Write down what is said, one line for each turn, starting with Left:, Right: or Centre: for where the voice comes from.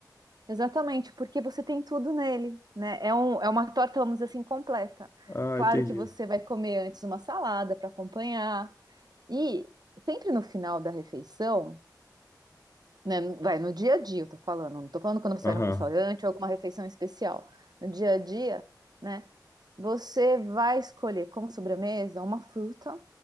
Right: Exatamente, porque você tem tudo nele, né? É, um, é uma torta, vamos dizer assim, completa.
Left: Ah,
Right: Claro
Left: entendi.
Right: que você vai comer antes uma salada para acompanhar. E sempre no final da refeição, né? Vai no dia a dia, eu tô falando, não tô falando quando você
Left: Aham,
Right: vai num restaurante ou alguma refeição especial. No dia a dia, né? Você vai escolher como sobremesa uma fruta,